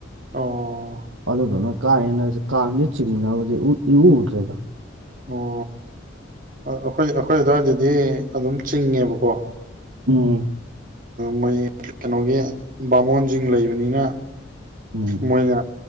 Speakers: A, on the right; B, on the right.
A: ꯑꯣ
B: ꯑꯗꯨꯗꯨꯅ ꯀꯥ ꯍꯦꯅ ꯀꯥꯡꯗꯤ ꯆꯤꯡꯅꯕꯗꯤ ꯏꯎ ꯎꯗ꯭ꯔꯦꯗ
A: ꯑꯣ ꯑꯣꯈꯣꯏ ꯑꯩꯈꯣꯏ ꯑꯗꯨꯋꯥꯏꯗꯗꯤ ꯑꯦ ꯑꯗꯨꯝ ꯆꯤꯡꯉꯦꯕꯀꯣ
B: ꯎꯝ
A: ꯃꯣꯏ ꯀꯩꯅꯣꯒꯤ ꯕꯥꯃꯣꯟꯁꯤꯡ ꯂꯩꯕꯅꯤꯅ
B: ꯎꯝ
A: ꯃꯣꯏꯅ